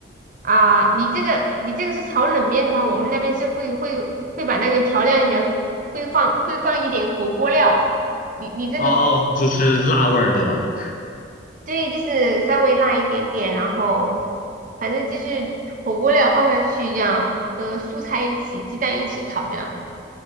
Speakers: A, on the right; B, on the left.
A: 啊、你这个你这个是炒冷面的话，我们那边是会会会把那个调料里面会放会放一点火锅料，你你这边会
B: 哦，就是辣味儿，对吧？
A: 对，就是稍微辣一点点，然后反正就是火锅料放下去这样，和蔬菜一起、鸡蛋一起炒这样。